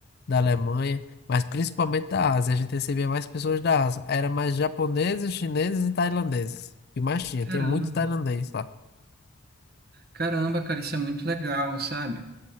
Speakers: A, on the left; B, on the right.
A: da Alemanha, mas principalmente da Ásia. A gente recebia mais pessoas da Ásia. Era mais japoneses, chineses e tailandeses. O que mais tinha?
B: caramba,
A: Tinha muito tailandês lá.
B: caramba, cara, isso é muito legal, sabe?